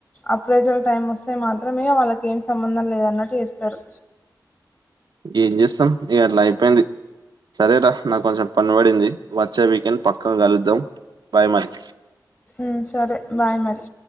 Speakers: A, on the left (about 25°); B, on the right (about 70°).
A: అప్రజర్ టైమ్ వస్తే మాత్రమే వాళ్ళకి ఏం సంబంధం లేదన్నట్టు చేస్తారు
B: ఏం చేస్తాం ఇగా అట్లా అయిపోయింది సరేరా నాకు కొంచెం పని పడింది వచ్చే వీకెండ్ పక్క కలుద్దాం బాయ్ మరీ
A: ఆ సరే బాయ్ మరి